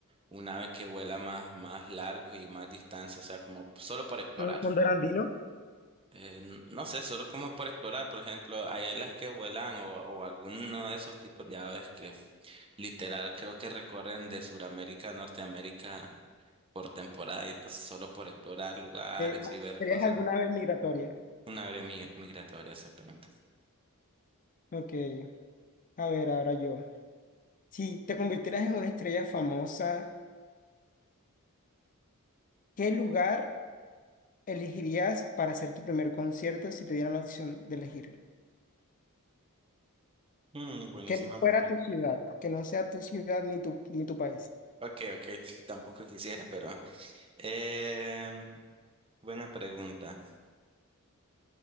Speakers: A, on the right; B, on the left.
A: un ave que vuela más, más largo y más distancia, o sea, como solo para explorar.
B: un fondo andino.
A: Eh, n- no sé, solo como por explorar, por ejemplo, hay águilas que vuelan o, o alguno de esos tipos de aves que literal creo que recorren de Sudamérica a Norteamérica por temporada y entonces solo por explorar lugares
B: Eh, ah,
A: y ver
B: ¿Serías
A: cosas.
B: alguna vez migratoria?
A: Una ave mi- migratoria, exactamente.
B: Ok, a ver, ahora yo. Si te convirtieras en una estrella famosa, ¿qué lugar elegirías para hacer tu primer concierto si te dieran la opción de elegir?
A: Mm, buenísimo.
B: Que no fuera tu ciudad, que no sea tu ciudad ni tu, ni tu país.
A: Ok, ok, tampoco quisiera, pero... em, buena pregunta.